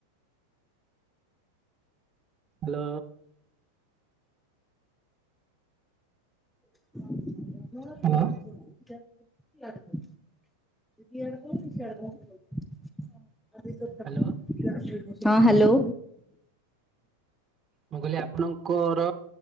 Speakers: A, on the right; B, in the centre.
A: ହାଲୋ।
B: <inaudible> <unintelligible>
A: ହ୍ୟାଲୋ ହ୍ୟାଲୋ
B: ହଁ ହାଲୋ।
A: ମୁଁ କହିଲି ଆପଣଙ୍କର